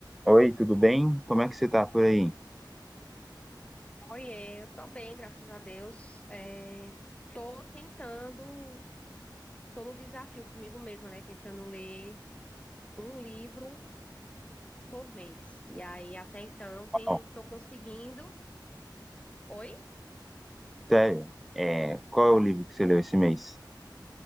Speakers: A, in the centre; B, on the left (about 15°).
A: Oi, tudo bem? Como é que você tá por aí?
B: Oiê, eu tô bem, graças a Deus. É, tô tentando, tô no desafio comigo mesma, né? Tentando ler um livro por mês. E aí, até então, tem,
A: Ó,
B: tô conseguindo. Oi?
A: sério, é, qual é o livro que você leu esse mês?